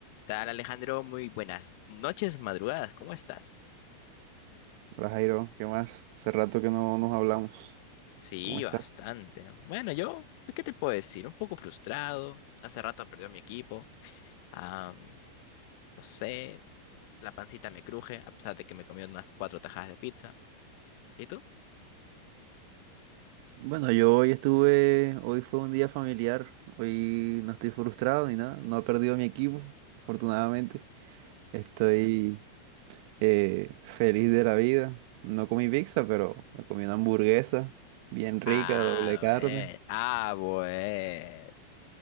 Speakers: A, on the left; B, on the right.
A: Tal Alejandro, muy buenas noches, madrugadas, ¿cómo estás?
B: Hola Jairo, ¿qué más? Hace rato que no nos hablamos.
A: Sí,
B: ¿Cómo estás?
A: bastante. Bueno, yo, ¿qué te puedo decir? Un poco frustrado. Hace rato perdió mi equipo. Ah, no sé, la pancita me cruje, a pesar de que me comí unas cuatro tajadas de pizza. ¿Y tú?
B: Bueno, yo hoy estuve, hoy fue un día familiar, hoy no estoy frustrado ni nada, no he perdido mi equipo, afortunadamente. Estoy eh, feliz de la vida. No comí pizza, pero me comí una hamburguesa bien rica,
A: Ah,
B: doble carne.
A: bueno. Ah, bueno.